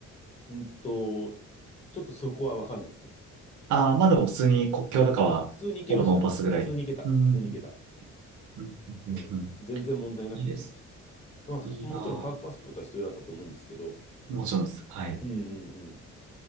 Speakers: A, on the left; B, on the right.
A: うんと、ちょっとそこはわかんないですね。
B: ああ、まあでも普通に国境とかは、
A: うん。普通に行けました。
B: ほぼノーパスぐらい。
A: 普通に行けた。
B: うん。
A: 普通に行けた。
B: うん。うん。
A: うん。
B: うん
A: 全然問題なく行けました。
B: いいです。
A: まあ、さもちろんパ、
B: いいな
A: パスポートは必要だったと思うんですけど、
B: ぁ。もちろんです。はい。
A: うんうんうん。